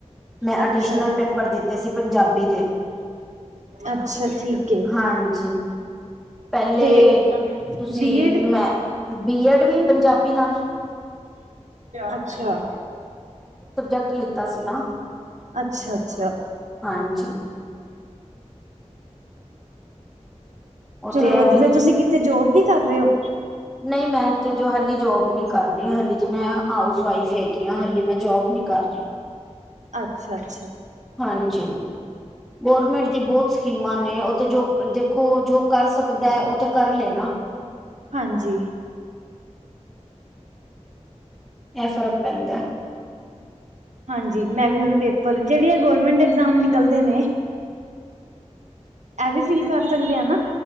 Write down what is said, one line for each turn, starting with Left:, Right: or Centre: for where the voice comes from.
Centre: ਮੈਂ
Right: ਅੱਛਾ
Centre: ਅਡੀਸ਼ਨਲ ਪੇਪਰ ਦਿੱਤੇ ਸੀ ਪੰਜਾਬੀ ਦੇ।
Right: ਅੱਛਾ ਠੀਕ ਏ।
Centre: ਹਾਂਜੀ ਪਹਿਲੇ
Right: ਤੇ
Centre: ਤੁਸੀਂ
Right: ਬੀਐਡ।
Centre: ਮੈਂ ਬੀ ਐਡ ਵੀ ਪੰਜਾਬੀ ਨਾਲ
Right: ਅੱਛਾ
Centre: ਕਟ ਲਿੱਤਾ ਸੀ ਨਾ।
Right: ਅੱਛਾ-ਅੱਛਾ।
Centre: ਹਾਂਜੀ ਉਹ
Right: ਚਲੋ
Centre: ਤੇ
Right: ਵਧੀਆ
Centre: ਐਵੇ
Right: ਫੇਰ ਤੁਸੀਂ ਕਿੱਥੇ ਜੋਬ ਵੀ ਕਰ ਰਹੇ ਹੋ?
Centre: ਨਹੀਂ ਮੈਂ ਤੇ ਜੋ ਹਲੇ ਜੋਬ ਨੀ ਕਰਦੀ, ਹਾਲੇ ਤਾਂ ਮੈਂ ਹਾਊਸ ਵਾਈਫ ਹੈਗੀ ਹਾਂ, ਹਾਲੇ ਤਾਂ ਮੈਂ ਜੋਬ ਨੀ ਕਰਦੀ।
Right: ਅੱਛਾ-ਅੱਛਾ।
Centre: ਹਾਂਜੀ। ਗਰਮੈਂਟ ਦੀ ਬਹੁਤ ਸਕੀਮਾਂ ਨੇ ਉਹ ਤੇ ਜੋ ਦੇਖੋ ਜੋ ਕਰ ਸਕਦਾ ਉਹ ਤੇ ਕਰ ਲੇ ਣਾ।
Right: ਹਾਂਜੀ।
Centre: ਐ ਫਰਕ ਪੈਂਦਾ ਐ।
Right: ਹਾਂਜੀ, ਮੈਂ ਵੀ ਹੁਣ ਪੇਪਰ- ਜਿਹੜੇ ਆ ਗੌਰਮੈਂਟ ਐਗਜ਼ਾਮ ਨਿਕਲਦੇ ਨੇ ਐਵੀ ਫੀਲ ਕਰ ਸਕਦੇ ਆ ਨਾ,